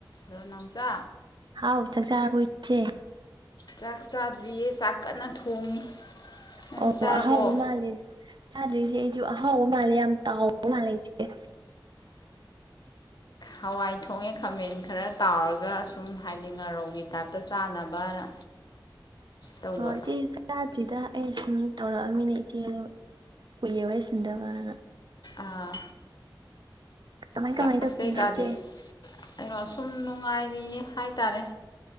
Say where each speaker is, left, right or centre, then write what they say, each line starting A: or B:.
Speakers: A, on the left; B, on the right.
A: hello ꯅꯥꯎꯆꯥ
B: ꯍꯥꯎ ꯆꯥꯛ ꯆꯥꯥꯔꯕꯣ ꯏꯆꯦ
A: ꯆꯥꯛꯆꯥꯗ꯭ꯔꯤꯌꯦ ꯆꯥꯛ ꯀꯟꯅ ꯊꯣꯡꯉꯤ ꯅꯪꯗꯤ
B: ꯑꯣ
A: ꯆꯥꯔꯕꯣ
B: ꯑꯍꯥꯎꯕ ꯃꯥꯜꯂꯦ ꯆꯥꯗ꯭ꯔꯤ ꯏꯆꯦ ꯑꯩꯁꯨ ꯍꯥꯎ ꯃꯥꯂꯦ ꯌꯥꯝ ꯇꯥꯎ ꯃꯥꯜꯂꯦ ꯏꯆꯦ
A: ꯍꯋꯥꯏ ꯊꯣꯡꯉꯦ ꯈꯥꯃꯦꯟ ꯈꯔ ꯇꯥꯎꯔꯒ ꯁꯨꯝ ꯍꯥꯏꯗꯤ ꯉꯥꯔꯧꯒꯤ ꯇꯥꯏꯞꯇ ꯆꯥꯅꯕꯅ ꯇꯧꯕ
B: ꯍꯣꯏ ꯏꯆꯦ ꯑꯩꯁꯨ ꯆꯥꯗ꯭ꯔꯤꯗ ꯑꯩ ꯁꯨꯝ ꯇꯧꯔꯛꯑꯃꯤꯅꯦ ꯏꯆꯦꯗꯣ ꯀꯨꯏꯔꯦ ꯋꯥꯏꯁꯤꯟꯗꯕꯅ
A: ꯑꯥ
B: ꯀꯃꯥꯏ
A: ꯀ꯭ꯂꯥꯁ
B: ꯀꯃꯥꯏ ꯇꯧꯔꯤꯒꯦ
A: ꯀꯩꯀꯥꯗꯤ
B: ꯏꯆꯦ
A: ꯑꯩꯅꯣ ꯁꯨꯝ ꯅꯨꯡꯉꯥꯏꯔꯤꯌꯦ ꯍꯥꯏꯇꯥꯔꯦ